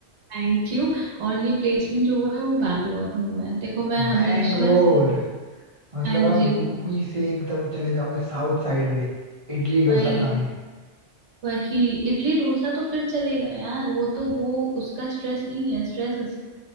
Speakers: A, on the right; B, on the right.
A: Thank you और ये प्लेसमेंट जो हुआ है वो बैंगलोर में हुआ है देखो मैं हमेशा
B: बैंगलोर
A: से
B: मतलब
A: हाँ
B: आप
A: जी
B: यूपी से एकदम चले जाओगे साउथ साइड में इडली डोसा
A: वही
B: खाने
A: वही इडली डोसा तो फिर चलेगा यार वो तो वो उसका स्ट्रेस नहीं है स्ट्रेस